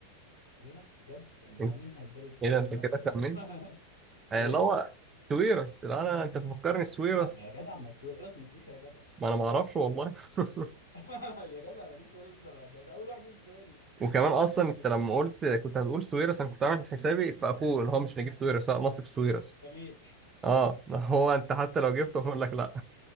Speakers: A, on the left; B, on the right.
A: قال لا بجد ما
B: انت
A: هو مين هيتضرب بيه
B: ايه ده انت
A: مثل
B: كده
A: غيره؟
B: كملت
A: <laughs>
B: يعني
A: ايه
B: اللي هو سويرس لا انا انت بتفكرني سويرس
A: طب يا جدع ما سويرس مسيحي يا جدع
B: ما انا ما اعرفش والله <laughs>
A: <laughs> يا جدع ده اجيب سويرس ده بقى- ده, ده اول واحد جه في بالي
B: وكمان اصلا
A: طيب
B: انت لما قلت كنت هتقول سويرس انا كنت عامل حسابي في اخوه اللي هو مش نجيب سويرس لا نصف سويرس
A: جميل
B: اه هو انت حتى لو جبته هقول لك لا